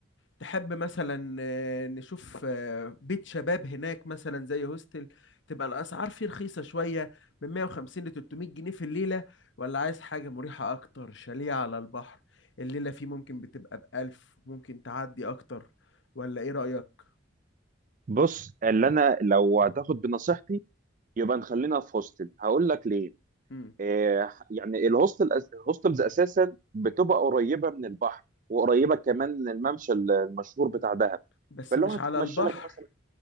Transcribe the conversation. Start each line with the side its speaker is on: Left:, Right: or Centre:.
Left: تحب مثلا آه، نشوف آه، بيت شباب هناك مثلا زي هوستل تبقى الاسعار فيه رخيصة شوية من 150 ل 300 جنيه في الليلة ولا عايز حاجة مريحة اكتر شاليه على البحر الليلة فيه ممكن بتبقى ب 1000 ممكن تعدي اكتر ولا ايه رأيك
Right: بص اللي انا لو هتاخد بنصيحتي يبقى نخلينا في هوستل هقول لك ليه
Left: مم.
Right: آه، يعني الهوستل الهوستلز اساسا بتبقى قريبه من البحر وقريبه كمان من الممشى ال- المشهور بتاع دهب
Left: بس
Right: فلو
Left: مش
Right: هتتمشى
Left: على البحر
Right: لك مثلا